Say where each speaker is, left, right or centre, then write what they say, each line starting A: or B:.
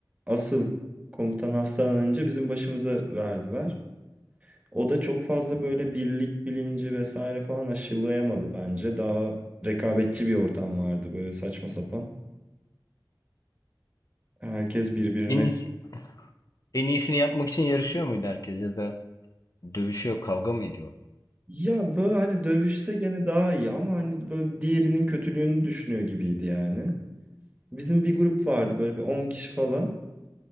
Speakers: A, on the right; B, on the left.
A: asıl komutan hastalanınca bizim başımıza verdiler. O da çok fazla böyle birlik bilinci vesaire falan aşılayamadı bence. Daha rekabetçi bir ortam vardı böyle saçma sapan. Herkes birbirine
B: En iyisi, en iyisini yapmak için yarışıyor muydu herkes ya da dövüşüyor, kavga mı ediyorlar?
A: Ya böyle hani dövüşse gene daha iyi ama hani böyle diğerinin kötülüğünü düşünüyor gibiydi yani. Bizim bir grup vardı böyle bir 10 kişi falan.